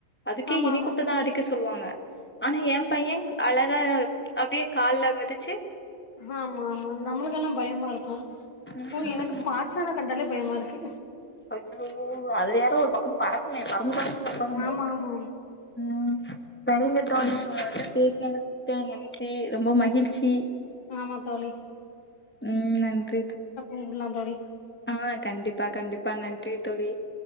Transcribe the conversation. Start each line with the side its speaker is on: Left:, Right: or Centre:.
Centre: அதுக்கே
Left: ஆமா
Centre: என்னைய
Left: ஆமா
Centre: கூப்டு தா அடிக்க சொல்லுவாங்க ஆனா ஏ பையே அழகா அப்டியே கால்ல மிதிச்சி
Left: ஆமா ஆமா நம்மளுக்கெல்லா பயமா இருக்கும்
Centre: ம்
Left: ஓ எனக்கு பாச்சான கண்டாலே பயமா இருக்கு.
Centre: அய்யயோ அது வேற ஒரு பக்கம் பறக்குமே பறந்து பறந்து வருமே
Left: ஆமா ஆமா
Centre: ம் சரிங்க தோழி ஒங்கள்ட்ட பேசினது மிக்க நன் ச்சி ரொம்ப மகிழ்ச்சி
Left: ஆமா தோழி
Centre: ம் நன்றி
Left: ம் உடலா தோழி
Centre: ஆ கண்டிப்பா கண்டிப்பா நன்றி தோழி